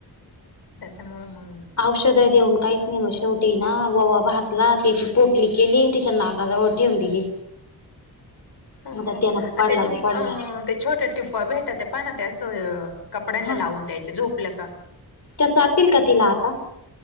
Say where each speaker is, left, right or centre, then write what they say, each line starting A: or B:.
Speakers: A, on the left; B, on the left.
A: त्याच्यामुळ मग
B: औषद देऊन काईच नाही शेवटी ना ववा भासला त्याची पोटली केली त्याच्या नाक जवळ ठेवून दिली.
A: ह
B: मग
A: ह
B: त्यान पडला
A: ते टूप
B: तर पडला
A: अं ते छोट्या टिपाॅ भेटतात पाना ते असं कपड्यांना
B: हा
A: लावून द्यायचं झोपलं का.
B: त्या चालतील का तिला आता